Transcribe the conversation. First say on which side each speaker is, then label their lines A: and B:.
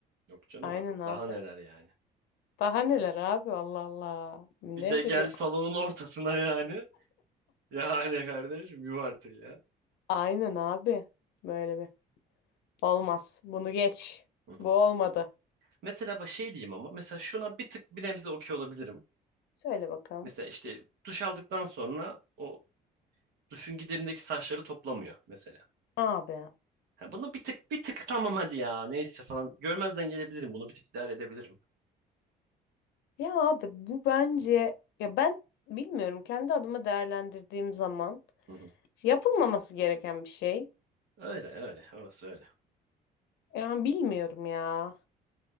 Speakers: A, on the right; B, on the left.
A: Yok canım
B: Aynen
A: abi.
B: abi.
A: Daha neler yani.
B: Daha neler abi Allah Allah. Nedir
A: Bir de gel
B: ya?
A: salonun ortasına yani. Yani kardeşim yuh artık ya.
B: Aynen abi. Böyle bir. Olmaz. Bunu geç.
A: Hı hı.
B: Bu olmadı.
A: Mesela bak şey diyeyim ama mesela şuna bir tık bir nebze okey olabilirim.
B: Söyle bakalım.
A: Mesela işte duş aldıktan sonra o duşun giderindeki saçları toplamıyor mesela.
B: Abi.
A: Ha, bunu bir tık bir tık tamam hadi ya neyse falan görmezden gelebilirim bunu bir tık idare edebilirim.
B: Ya abi bu bence ya ben bilmiyorum kendi adıma değerlendirdiğim zaman
A: Hı hı.
B: yapılmaması gereken bir şey.
A: Öyle öyle orası öyle.
B: Yani bilmiyorum ya.